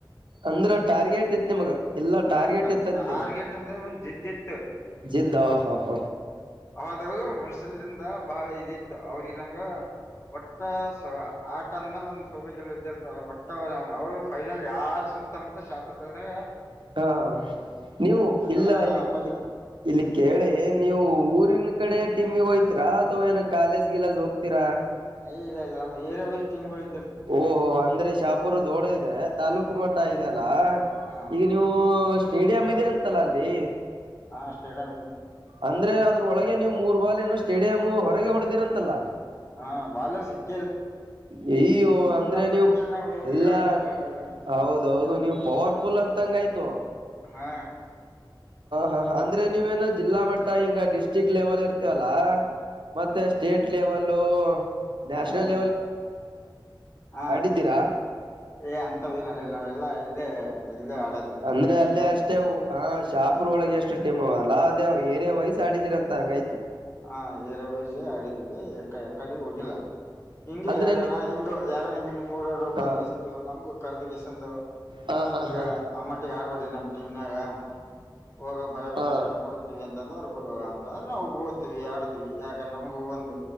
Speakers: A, on the right; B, on the left.
A: ಅಂದ್ರ ಟಾರ್ಗೆಟ್ ಇತ್ ನಿಮಗ. ಇಲ್ಲ ಟಾರ್ಗೆಟ್
B: ಆ ಟಾ ಟಾ
A: ಇತ್ತ ಅಂತೀನಿ
B: ಟಾರ್ಗೆಟ್ ಅಂದ್ರೆ ಒಂದು ಜಿದ್ದಿತ್ತ
A: ಜಿದ್ದ ಹ ಹ
B: ಅವದು ಮನ್ಸಲಿಂದ ಬಹ ಇದಿತ್ತು ಅವ್ರಿಗೆ ನಮ್ಗ ಒಟ್ಟ ಸ್ ಆಟ ಅಂದ್ಮೇಲೆ ಒಂದ್ ಸೋಲು ಗೆಲುವು ಇದ್ದೆ ಇರ್ತ ಒಟ್ಟ ಅವರು ಫೈನಲ್ ಯಾರ ಸುತ್ತ ಮುತ್ತ ಶಾಪರ್ತಲ್ದ
A: ಹಾ ನೀವು ಇಲ್ಲ
B: ಅಂದ್ರ
A: ಇಲ್ಲಿ
B: ಅಪೋಸಿಟ್
A: ಇಲ್ಲಿ ಕೇಳಿ ನೀವು ಊರಿನ ಕಡೆ ಟೀಮಿಗ್ ಹೋಯ ತಿರಾ ಅಥವಾ ಏನ್ ಕಾಲೇಜ್ ಗಿಲೇಜ್ ಹೋಗ್ತೀರಾ.
B: ಎ ಇಲ್ಲಾ ಇಲ್ಲಾ ನಮ್ ಏರಿಯಾ ವೈಸ್ ಟೀಮ್ಗಳಿಗ್
A: ಓಹೋ ಅಂದ್ರೆ ಶಾಪುರ ದೊಡದಿದೆ ತಾಲೂಕ ಮಟ್ಟ ಇದೆ ಅಲ್ಲಾ
B: ಹ
A: ಈಗ ನೀವು ಸ್ಟೇಡಿಯಂ ಇದೆ ಅಂತಲ್ಲ ಅಲ್ಲಿ
B: ಹಾ ಸ್ಟೇಡಿಯಂ ಇದ
A: ಅಂದ್ರೆ ಅದ್ರೊಳಗೆ ನೀವು ಮೂರ್ ಬಾಲ್ ಏನು ಸ್ಟೇಡಿಯಮ್ ಹೊರಗೆ ಹೊಡೆದೀರ ಅಂತಲ್ಲಾ.
B: ಹಾ ಬಾಲ ಸಿಕ್
A: ಯಯ್ಯೋ ಅಂದ್ರೆ ನೀವು
B: ಬಗ್ಗೆ ನಾವು
A: ಇಲ್ಲಾ
B: ಹೇಳೋದು ಚಲೋಲ್ಲ
A: ಹೌದೌದು
B: ಎಂತ
A: ನೀವು ಪವರ್ಫುಲ್ ಅಂತಂಗ ತ್ತು.
B: ಹಾ
A: ಹಾ ಹಾ ಅಂದ್ರೆ ನೀವೇನು ಜಿಲ್ಲಾ ಮಟ್ಟ ಹಿಂಗ ಡಿಸ್ ಡಿಸ್ಟ್ರಿಕ್ಟ್ ಲೆವೆಲ್ ಇರ್ತಯಲ ಮತ್ತೆ ಸ್ಟೇಟ್ ಲೆವೆಲ್. ಹಲೋ. ನ್ಯಾಷನಲ್
B: ಅಯ ಹ
A: ಆಡಿದ್ದೀರಾ
B: ಏ ಅಂತವೇನ್ ಆಡಿಲ್ಲ ನಾವೆಲ್ಲಾ ಇಲ್ಲೇ. ಇಲ್ಲೇ ಆಡೋದು
A: ಅಂದ್ರೆ
B: ಇಲ್ಲೇ
A: ಅಲ್ಲೇ
B: ಗ್ರೌಂಡ್
A: ಅಷ್ಟೇ ಓ ಹ ಶಾಪುರ್ ಒಳಗೆ ಎಷ್ಟು ಟೀಮ್ ಅವಲ್ಲ ಅದೇ ಏರಿಯಾ ವೈಸ್. ಆಡಿದಿರ ಅಂತ ಹಂಗಾಯ್ತು
B: ಹಾ ಏರಿಯಾ ವೈಜ ಆಡಿದ್ವಿ ಕ ಯಕಡು ಹೋಗಿಲ್ಲ. ಹಿಂಗೆ
A: ಅಂದ್ರೆ
B: ಯಾರಾನ ಹಿಂಗೊ ಯಾರ ಈಗ್ ನಿಮ್ ಊರರು
A: ಹ
B: ಬಂದ್ಗೆಸಿಂದು ನಮ್ಗು ಕರ್ದ ಗೇಸಿಂದು
A: ಹಾ ಹಾ
B: ಈಗ
A: ಹಾ
B: ಅಮ್ಮಟ್ಟಿಗೆ ಆಡ್ಬಾರ್ ನಮ್ ಟೀಮ್ನಾಗ. ಹೋಗ ಬರ ಬಸ್
A: ಹಾ
B: ಚಾರ್ಜ್ ಕೊಡತೀವಿ ಅಂತಂದ್ರ <unintelligible> ತಂದ್ರೆ ನಾವು ಓಡ್ತಿವಿ ಆಡ್ತೀವಿ ಯಾಕ ನಮಗು ಒಂದು